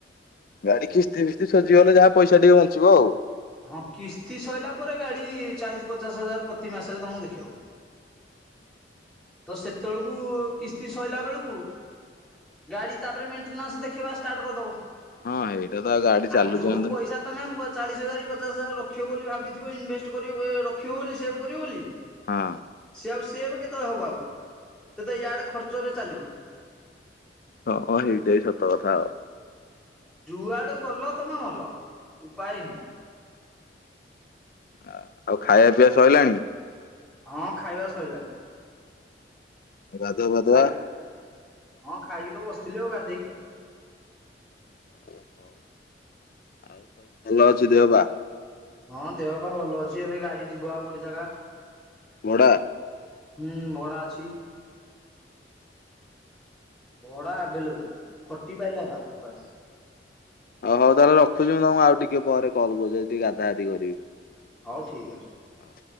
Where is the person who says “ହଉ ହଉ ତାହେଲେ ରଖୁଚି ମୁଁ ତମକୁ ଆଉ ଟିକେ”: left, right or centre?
Left